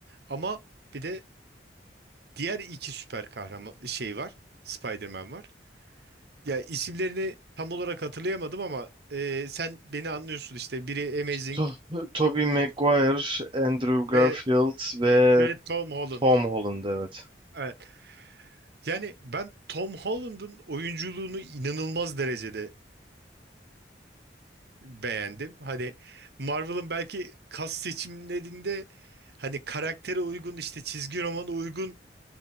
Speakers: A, on the right; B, on the right.
A: Ama bir de diğer iki süper kahraman şey var. Spider-Man var. Ya isimlerini tam olarak hatırlayamadım ama e, sen beni anlıyorsun işte biri Amazing
B: To- Tobey Maguire, Andrew Garfield
A: Ve
B: ve
A: ve Tom Holland.
B: Tom Holland evet.
A: Evet. Yani ben Tom Holland'ın oyunculuğunu inanılmaz derecede beğendim. Hani Marvel'ın belki kas seçimlerinde hani karaktere uygun işte çizgi romana uygun